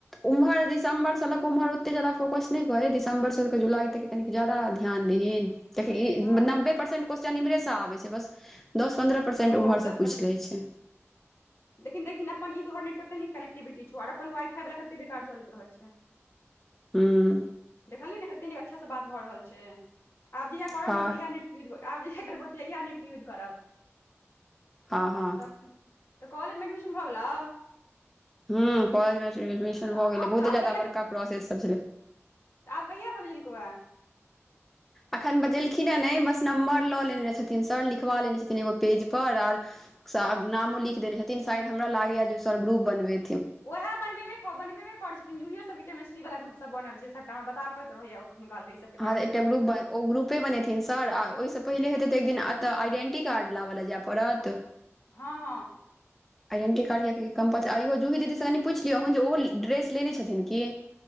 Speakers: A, in the centre; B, on the left (about 55°).
A: उम्ह दिसम्बरसँ लऽ ओम्हर ओतेक जादा फोकस नहि करै दिसम्बरसँऽ जुलाइ तक कनि ज्यादा ध्यान दहीन ताकि ई
B: हँ
A: नब्बे परसेंट क्वेेश्चन इम्हरेसँ आबै छै बस दस पन्द्रह परसेन्ट
B: ओ
A: ओम्हर
B: दस
A: सँ पूछि
B: प्रतिशत
A: लै छै
B: लेकिन देखिन अपन ई तोहर नेट कते नीक कनेकटिविटी छौ आर अपन वाईफाई वाला कते बेकार चलैत रहै छै
A: हू
B: देखलियै ने कतेक नीक अच्छासँ बात भऽ रहल छै आब जहिया करब
A: हँ
B: ने तऽ इएह नेट यूज आब जे इहै करबो त इएह नेटके यूज करब
A: हँ हँ
B: तब तऽ कॉलेजमे एडमिशन भऽ गेलौ
A: हूँ कॉलेज मे एडमिशन
B: तऽ
A: भऽ गेलै
B: आब
A: बहुते
B: तऽ आब
A: जाद्दा बड़का प्रोसेस छलै
B: तऽ आब कहिआ बैजेलक एऻ
A: एखन बजेलखिन हे ने बस नम्बर लऽ लेने छथिन सर लिखवा लेने छथिन एगो पेज पर आओर नामो लिख देले छथिन शायद हमरा लागेएा जे सर ग्रुप बनबे
B: ओएह बनबेबे कर बनबेब करे छै जूहीयो सब क्रमेस्टी वला ग्रुप सब बनल सबटा हमरा बताब रहै यऽ अखनो ई सब
A: हॅं एकटा ग्रुप ओ ग्रुपे बनेथिन सर आ ओहिसँ पहिले हेतै तऽ एक दिन एतय आइडेंटी कार्ड लाबल लेल जाय पड़त
B: हँ हँ
A: <unintelligible> आइडेंटी कार्ड यए कम पाच आ इ यो जूही दिदीसँ कनि पुछि लियौ हून जे ओहो ड्रेस लेने छथिन कि